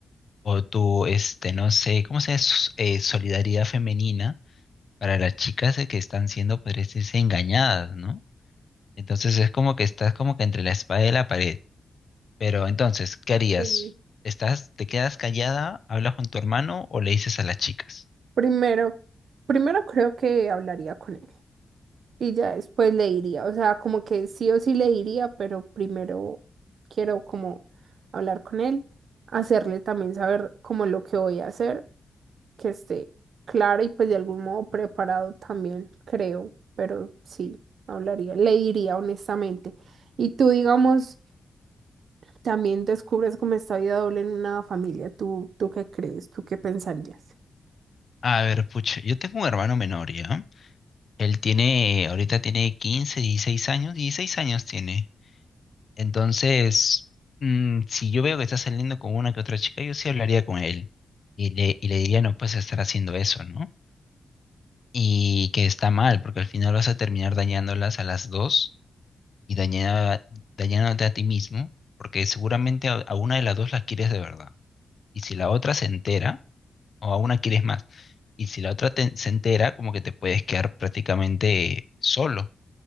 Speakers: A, on the left; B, on the right.
A: o tu, este, no sé, ¿cómo se llama? Sus- eh, solidaridad femenina para las chicas eh, que están siendo, pues engañadas, ¿no? Entonces es como que estás como que entre la espada y la pared. Pero entonces, ¿qué harías?
B: Mm,
A: ¿Estás, te quedas callada, hablas con tu hermano o le dices a las chicas?
B: Primero, primero creo que hablaría con él y ya después le diría, o sea, como que sí o sí le diría, pero primero quiero como hablar con él, hacerle también saber como lo que voy a hacer que esté clara y pues de algún modo preparado también, creo, pero sí, hablaría, le diría honestamente. Y tú, digamos, también descubres como esta vida doble en una familia, ¿tú, tú qué crees? ¿Tú qué pensarías?
A: A ver, pucha, yo tengo un hermano menor, ¿ya? Él tiene, ahorita tiene 15, 16 años, 16 años tiene. Entonces, mm, si yo veo que está saliendo con una que otra chica, yo sí hablaría con él y le, y le diría, no puedes estar haciendo eso, ¿no? Y que está mal, porque al final vas a terminar dañándolas a las dos y daña- dañándote a ti mismo, porque seguramente a a una de las dos las quieres de verdad. y si la otra se entera, o a una quieres más, y si la otra te- se entera, como que te puedes quedar prácticamente solo,